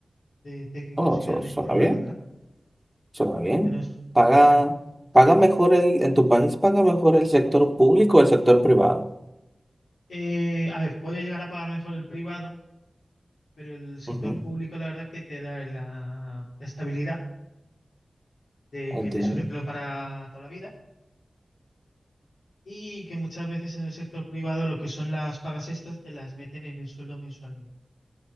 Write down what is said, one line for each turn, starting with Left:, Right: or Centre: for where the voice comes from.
Left: de técnico
Centre: Oh,
Left: auxiliar
Centre: eso
Left: de
Centre: suena
Left: informática.
Centre: bien. Suena bien.
Left: Es que no es
Centre: Paga,
Left: un em-
Centre: paga mejor el, en tu país paga mejor el sector público o el sector privado.
Left: Eh, a ver, puede llegar a pagar mejor el privado, pero el sector
Centre: Ujú,
Left: público la verdad es que te da la, la estabilidad de que
Centre: Entiendo.
Left: es un empleo para toda la vida y que muchas veces en el sector privado lo que son las pagas extras te las meten en el sueldo mensualmente.